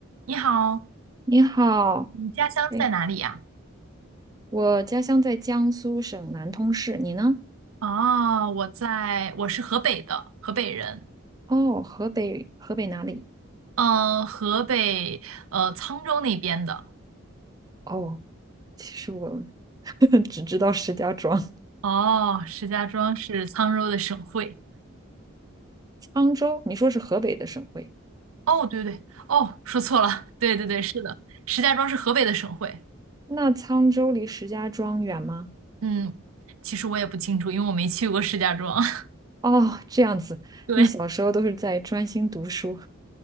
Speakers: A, on the right (about 85°); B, on the right (about 20°).
A: 你好，
B: 你好，
A: 你家乡在哪里呀？
B: 哎，我家乡在江苏省南通市，你呢？
A: 哦，我在，我是河北的，河北人。
B: 哦，河北，河北哪里？
A: 嗯、河北呃沧州那边的。
B: 哦，其实我 <laughs> 只知道石家庄、
A: 哦，石家庄是沧州的省会。
B: <laughs> 沧州。你说是河北的省会，
A: 哦，对对对，哦，说错了，<laughs> 对对对，是的，石家庄是河北的省会。
B: 那沧州离石家庄远吗？
A: 嗯，其实我也不清楚，因为我没去过石家庄。<laughs>
B: 哦，这样子，
A: 对，
B: 你小时候都是在专心读书。